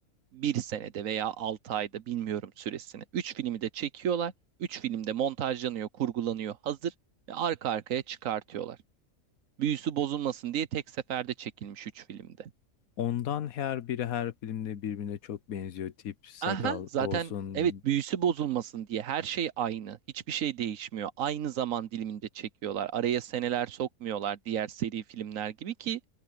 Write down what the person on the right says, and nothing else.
bir senede veya altı ayda bilmiyorum süresini. 3 filmi de çekiyorlar. 3 film de montajlanıyor, kurgulanıyor, hazır ve arka arkaya çıkartıyorlar. Büyüsü bozulmasın diye tek seferde çekilmiş 3 filmde.
Aha, zaten
evet büyüsü bozulmasın diye her şey aynı. Hiçbir şey değişmiyor. Aynı zaman diliminde çekiyorlar. Araya seneler sokmuyorlar diğer seri filmler gibi ki